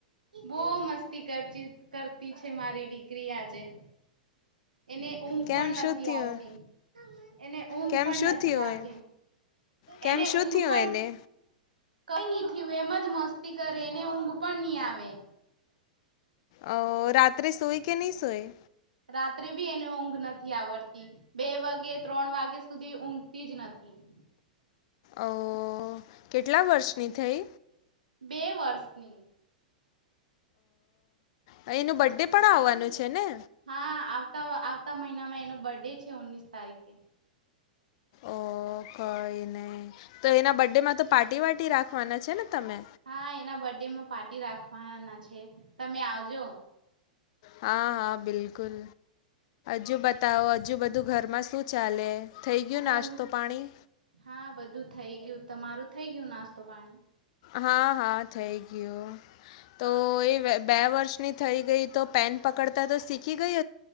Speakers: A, on the right; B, on the left.
A: બહ મસ્તી કર કરતી છે, મારી દીકરી આજે એને ઊંઘ
B: કેમ
A: પણ
B: શું
A: નથી
B: થયું
A: આવતી, એને ઊંઘ
B: કેમ
A: પણ
B: શું
A: નથી,
B: થયું
A: આવતી
B: એ કેમ
A: એને
B: શું
A: ઊંઘ
B: થયું
A: પણ
B: એને
A: કઈ નહ થું એમ જ મસ્તી કરે એને ઊંઘ પણ નહી આવે
B: અ રાત્રે સોય કે નહી સોય?
A: રાત્રે બી એને ઊંઘ નથી આવડતી, બે વાગે ત્રણ વાગે સુધી ઊંઘતી જ નથી. હ
B: અ કેટલા વર્ષની થઈ?
A: બે વર્ષની.
B: ઓ એનું બરડે પણ આવવાનું છે ને
A: હા આવતા મહિનામાં એનો બર્ડે છે ઓનીસ તારીખે.
B: ઓ કઈ નહી, તો એના બર્ ડે માં તો પાર્ટી વાટી રાખવાના છે ને? તમે?
A: હા એના બર્ડેમાં પાર્ટી રાખવાના છે, તમે આવજો.
B: હા હા બિલકુલ, હજુ બતાવો હજુ બધું? ઘરમાં શું ચાલે, થઈ ગયું
A: ઘર
B: નાસ્તો પાણી?
A: હા બધું થઈ ગયું તમારું થઈ ગયું નાસ્તો પાણી.
B: હા હા થઇ ગયો. તો એ બે વર્ષની થઈ ગઈ તો પેન પકડતા તો શીખી ગય હ